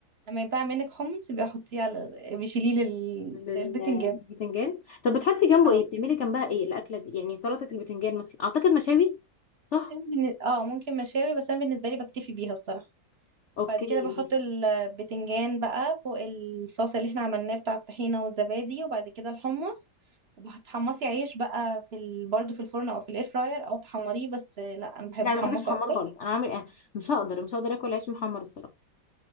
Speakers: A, on the right (about 40°); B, on the left (about 85°).
A: لما يبقى منك حمص بيحطيه على بيشيليه لل...
B: للبتنجان
A: للبتنجان
B: طب بتحطي جنبه
A: اه
B: ايه بتعملي جنبها ايه الاكله دي يعني سلطه البتنجان مثلا اعتقد مشاوي صح
A: بصي انا بالن- اه ممكن مشاوي بس انا بالنسبه لي بكتفي بيها الصراحه
B: اوكي
A: بعد كده بحط
B: ماشي
A: البتنجان بقى فوق الصوص اللي احنا عملناه بتاع الطحينه والزبادي وبعد كده الحمص وبتحمصي عيش بقى في ال... برضه في الفرن او في الاير فراير او تحمريه بس لا انا بحب
B: لا انا
A: احمصه
B: ما بحبش الحمار
A: اكتر
B: خالص انا عمري أنا مش هقدر مش هقدر اكل عيش محمر الصراحه